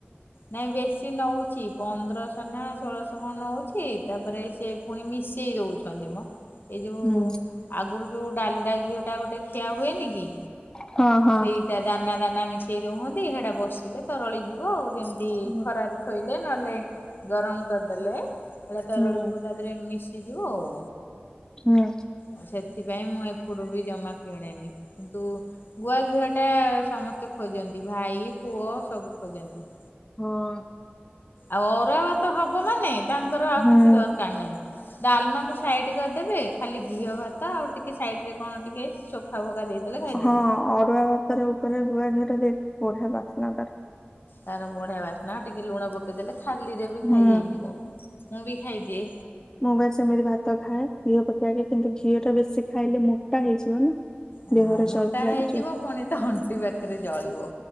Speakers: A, on the left; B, on the left.
A: ନାଇଁ ବେଶୀ ନଉଚି ପନ୍ଦରଶ ନା ଷୋଳଶ କଣ ନଉଚି ତାପରେ ସେ ପୁଣି ମିଶେଇ ଦଉଚନ୍ତି ମ। ଏଇ ଯଉ
B: ହୁଁ
A: ଆଗୁରୁ ଯଉ ଡାଲଡା ଘିଅ ଟେ ଗୋଟେ ଖିଆ ହୁଏନି କିଏ
B: ହଁ ହଁ
A: ସେଇ ସେ ଦାନା ଦାନା ମିଶେଇ ଦଉଚନ୍ତି ସେଟା ବସିଲେ ତରଳି ଯିବ ଆଉ ଯେମିତି
B: ହୁଁ
A: ଖରାରେ ଥୋଇଲେ ନହେଲେ ଗରମ୍ କରିଦେଲେ ହେଲେ ତରଳ
B: ହୁଁ
A: ଯିବ ତା ତାଥିରେ ମିଶିଯିବ ଆଉ।
B: ହୁଁ।
A: ଆଉ ସେଥିପାଇଁ ମୁଁ ଏପଟୁ ବି ଜମା କିଣେନି କିନ୍ତୁ ଗୁଆ ଘିଅ ଟା ସମସ୍ତେ ଖୋଜନ୍ତି ଭାଇ ପୁଅ ସବୁ ଖୋଜନ୍ତି।
B: ହଁ।
A: ଆଉ ଅରୁଆ ଭାତ ହବ ମାନେ ତାଙ୍କର ଆଉ
B: ହୁଁ
A: କିଛି ଦର୍ କାର୍ ନାହିଁ ଡାଲ୍ମା କୁ ସାଇଡ୍ କରିଦେବେ ଖାଲି ଘିଅ ଭାତ ଆଉ ଟିକେ ସାଇଡ୍ ରେ କଣ ଟିକେ <unintelligible> ଖାଇଦେବେ।
B: ହଁ ଅରୁଆ ଭାତର ଉପରେ ରୁଆଝର ଦେଇ ବଢିଆ ବାସ୍ନା
A: ତାର ବଢିଆ ବାସ୍ନା ଟିକେ ଲୁଣ ପକେଇଦେଲେ ଖାଲିରେ ବି ଖାଇ
B: ହୁଁ
A: ହେଇଯିବ ମୁଁ ବି ଖାଇଦିଏ।
B: ମୁଁ ବା ସେମିତି ଭାତ ଖାଏ ଘିଅ ପକେଇକି କିନ୍ତୁ ଘିଅ ଟା ବେଶୀ ଖାଇଲେ ମୋଟା ହେଇଯିବ ନା।
A: ହଁ
B: ଦେହରେ
A: ମୋଟା
B: ଚର୍ବି ଲାଗିଯିବ
A: ହେଇଯିବ ପୁଣି ତ ଅଣ୍ଟି ପାଖରେ ଜଳିବ।